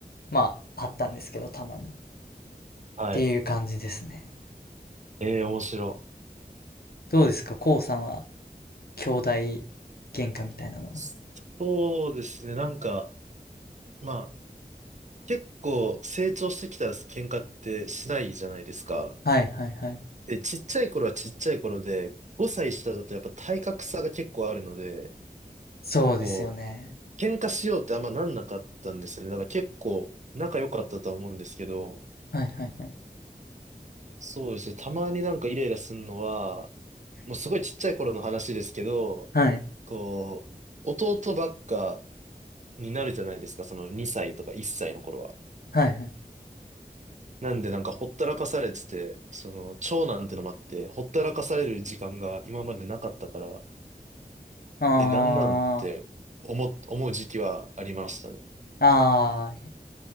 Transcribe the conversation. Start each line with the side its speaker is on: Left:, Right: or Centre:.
Left: まあ、あったんですけど、たまに。っ
Right: はい。
Left: ていう感じですね。
Right: ええ面白
Left: どうですか、こうさんは兄弟喧嘩みたいなの。
Right: い。そうですね。なんか、まあ結構成長してきたら喧嘩ってしないじゃないですか。
Left: はいはいはい。
Right: で、ちっちゃい頃はちっちゃい頃で、5歳下だとやっぱ体格差が結構あるので、
Left: そうですよね。
Right: こう、喧嘩しようってあんまなんなかったんですよね。だから結構仲良かったとは思うんですけど、
Left: はいはいはい。
Right: そうですね。たまになんかイライラするのは、もうすごいちっちゃい頃の話ですけど、
Left: はい
Right: こう、弟ばっかになるじゃないですか。その2歳とか1歳の頃は。
Left: はいはい。
Right: なんでなんかほったらかされてて、その長男ってのもあって、ほったらかされる時間が今までなかったから、
Left: あー。
Right: え、なんなんって思っ、思う時期はありましたね。
Left: ああ、